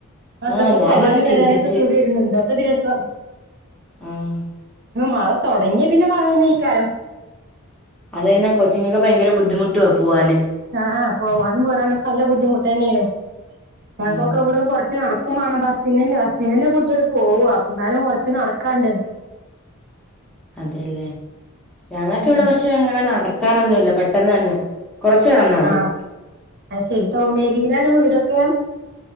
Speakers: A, on the right; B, in the centre.
A: മക്കക്ക്
B: ആഹ് ഞാനത്
A: പോകാനും വരാനും
B: ചിന്തിച്ച്
A: ഒക്കെ സുഖ ഇരുന്നുണ്ട് അല്ലത്ത ദിവസം
B: ആഹ്
A: മഴ തൊടങ്ങിയ പിന്നെ മഴ തന്നക്കാരം
B: അത് തന്നെ കൊച്ചിങ്ങൊക്കെ ഭയങ്കര ബുദ്ധിമുട്ടുവാ പോവാന്.
A: ആഹ് പോവാനും പോരാനും ഒക്കെ നല്ല ബുദ്ധിമുട്ട് തന്നേനെ ഞങ്ങക്കൊക്കെ
B: ഉം
A: ഇവിടുന്ന് കൊറച്ച് നടക്ക ക്കും മാണം ബസ്സ് നന്നെ ബസ്സിനന്റെ കുട്ട്യൾ പോവ ന്നാലും കൊർച്ച് നടക്കാണ്ട്.
B: അതെല്ലേ ഞങ്ങക്ക്
A: ഉം
B: വിടെ പക്ഷെ അങ്ങനെ നടക്കാനൊന്നുംല്ല പെട്ടെന്ന് തന്നെ കൊറച്ചു നടന്ന
A: ആഹ് അഹ് ശരി ടൗൺ ഏരിയയിലാണ് വീടൊക്കെ?